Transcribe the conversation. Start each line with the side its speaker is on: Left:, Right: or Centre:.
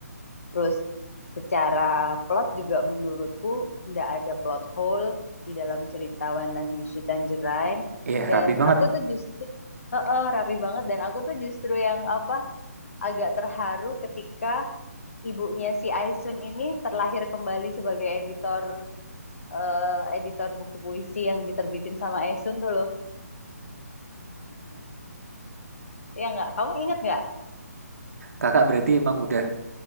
Left: Terus secara plot juga menurutku nggak ada plot hole di dalam cerita One Love You Tangerine.
Right: iya
Left: Dan
Right: rapi banget
Left: aku tuh justru eh, eh, rapi banget dan aku tuh justru yang apa agak terharu ketika ibunya si Aisun ini terlahir kembali sebagai editor eh, editor buku puisi yang diterbitin sama Esun tuh loh. Ya nggak? Kamu inget nggak?
Right: kakak berarti emang udah